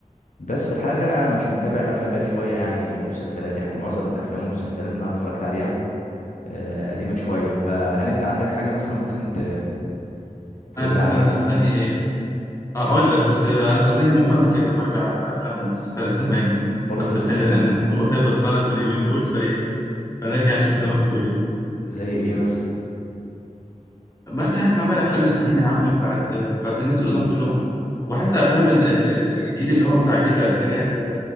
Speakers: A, on the left; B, on the left.
A: بس الحال ان انا مش متابع افلام بقالي شويه يعني ومسلسلات يعني معظم الافلام والمسلسلات اللي انا اتفرجت عليها آه، قديمه شويه فهل انت عندك حاجه مثلا ممكن ت... تقول
B: أنا
A: لي
B: س...
A: عليها
B: أنا صدقني
A: مثلا
B: أقول لك بس أنا صدقني مؤخرا كده برجع الأفلام والمسلسلات زمان
A: برضه
B: حسيت
A: نفس
B: إن
A: الكلام
B: إن السوق هبط خالص اليومين دول فإيه فنرجع نشوف زمان بيقول إيه
A: زي ايه مثلا
B: برجع أسمع بقى الأفلام القديمة يا عم بتاعت بتاعت الناس القدام كلهم وحتى أفلام ال... ال... ال- الجيل اللي هو بتاع جيل الألفينات ده،